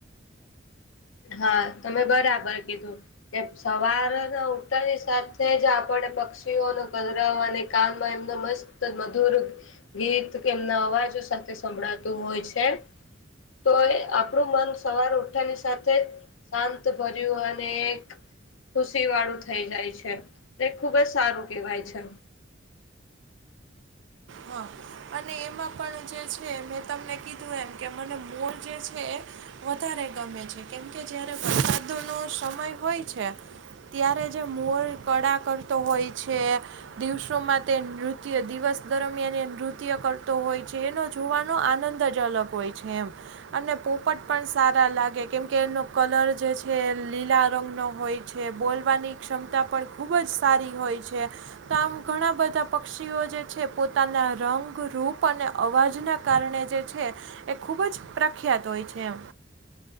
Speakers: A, on the left (about 85°); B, on the right (about 70°).
A: હા તમે બરાબર કીધું કે સવારના ઉઠાની સાથે જ આપણે પક્ષીઓનો કદરાવ અને કાનમાં એમનો મસ્ત મધુર ગીત કે એમના અવાજો સાથે સંભળાતું હોય છે તો આપણું મન સવાર ઉઠાની સાથે શાંત ભર્યું અને એક ખુશી વાળું થઈ જાય છે તે ખુબ જ સારું કહેવાય છે
B: હા અને એમાં પણ જે છે મેં તમને કીધું એમ કે મને મોલ જે છે વધારે ગમે છે કેમકે જારે વરસાદ નો સમય હોય છે ત્યારે જે મોર કળા કરતો હોય છે દિવસોમાં તે નૃત્ય દિવસ દરમિયાન એ નૃત્ય કરતો હોય છે એનો જોવાનો આનંદ જ અલગ હોય છે એમ અને પોપટ પણ સારા લાગે કેમકે એનો કલર જે છે એ લીલા રંગ નો હોય છે બોલવાની ક્ષમતા પણ ખૂબ જ સારી હોય છે તો આમ ઘણા બધા પક્ષીઓ જે છે પોતાના રંગરૂૂપ અને અવાજના કારણે જે છે એ ખૂબ જ પ્રખ્યાત હોય છે એમ